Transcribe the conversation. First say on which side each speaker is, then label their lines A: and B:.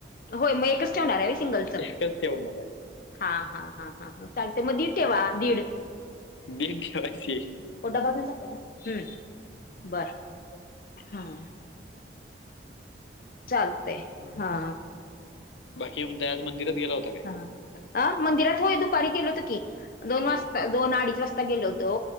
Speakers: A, on the left; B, on the left.
A: होय मग एकच ठेवणार आहे सिंगलच.
B: एकच ठेवणार आहे.
A: हा हा हा ह ह चालते मग दी ठेवा दीड.
B: बेग ठेवायचीये.
A: डबा घेऊन जाताय ना हम्म बर हं. चालतंय हा.
B: बाकी म्हण त्या आज मंदिरात गेला होता काय.
A: हा अ मदिरात होय दुपारी गेलो होतो की दोन
B: हा
A: दोन अडीच वाजता गेलो होतो.